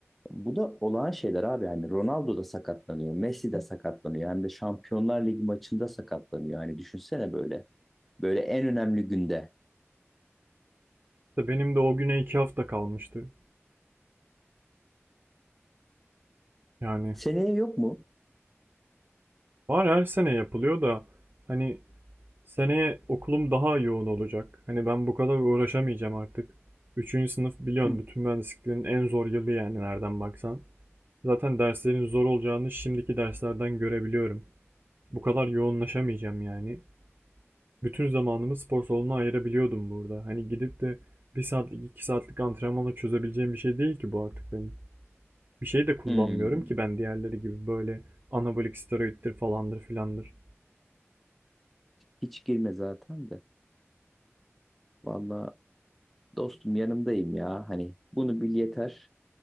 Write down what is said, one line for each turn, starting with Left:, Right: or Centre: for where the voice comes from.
Centre: Bu da olağan şeyler abi. Yani Ronaldo da sakatlanıyor, Messi de sakatlanıyor. Hem de Şampiyonlar Ligi maçında sakatlanıyor. Yani düşünsene böyle. Böyle en önemli günde.
Right: İşte benim de o güne iki hafta kalmıştı. Yani
Centre: Seneye yok mu?
Right: var her sene yapılıyor da hani Seneye okulum daha yoğun olacak. Hani ben bu kadar uğraşamayacağım artık. Üçüncü sınıf biliyorsun
Centre: Hı.
Right: bütün mühendisliklerin en zor yılı yani nereden baksan. Zaten derslerin zor olacağını şimdiki derslerden görebiliyorum. Bu kadar yoğunlaşamayacağım yani. Bütün zamanımı spor salonuna ayırabiliyordum burada. Hani gidip de bir saatlik iki saatlik antrenmanla çözebileceğim bir şey değil ki bu artık benim. Bir şey de kullanmıyorum
Centre: Hmm.
Right: ki ben diğerleri gibi böyle anabolik steroiddir falandır filandır.
Centre: Hiç girme zaten de. Valla dostum yanımdayım ya. Hani bunu bil yeter.